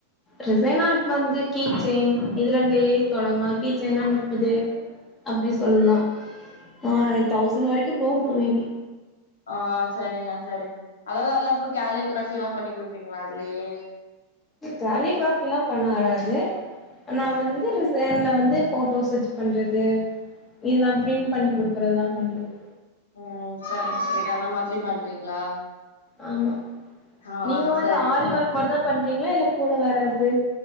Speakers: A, on the left; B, on the left.
A: ரிசைன் ஆர்ட் வந்து கீ செயின் இதுல இருந்தே தொடங்கு கீ செயின்னா நுப்பது அப்டி
B: ம்
A: சொல்லலா ஆ தௌசண்ட் வரைக்கு போகு மேபி
B: ஆ சரிங்க சரி அதாவது அதுல இப்ப காலிகிராஃபி எல்லா பண்ணி குடுப்பீங்களா அதுலயே
A: காலிகிராஃபிலா பண்ண வராது ஆனா வந்து ரிசைன்ல வந்து ஃபோட்டோஸ் வச்சிப் பண்றது இதெல்லா பிர்ண்ட் பண்ணி குடுக்குறதுலா பண்றது
B: ம் சரிங்க சரிங்க அந்த மாதிரி பண்றீங்களா
A: ஆமா
B: ஆ
A: நீங்க வந்து
B: சரிங்க
A: ஆரி ஒர்க் மாரிதா பண்றீங்களா இல்ல கூட வேற எது